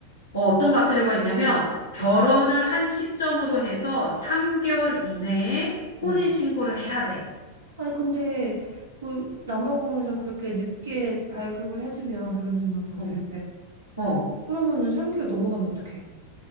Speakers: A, on the left; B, on the right.
A: 어, 어떤 가태료가 있냐면 결혼을 한 시점으로 해서 3개월 이내에
B: 어.
A: 혼인 신고를 해야 돼.
B: 아니, 근데 그 남아공에서 그렇게 늦게 발급을 해주면 결혼증명서를
A: 어, 어.
B: 그러면은 3개월 넘어가면 어떡해?